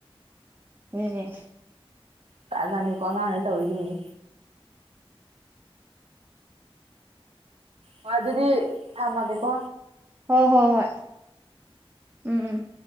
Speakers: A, on the right; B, on the right.
A: ꯅꯤꯅꯦ
B: ꯖꯠ ꯖꯠꯅꯤꯀꯣ ꯑꯉꯥꯡꯅꯦ ꯇꯧꯔꯤꯖꯤꯡꯖꯦ ꯍꯣꯏ ꯑꯗꯨꯗꯤ ꯊꯝꯃꯒꯦꯀꯣ
A: ꯍꯣ ꯍꯣ ꯍꯣꯏ ꯎꯝ ꯎꯝ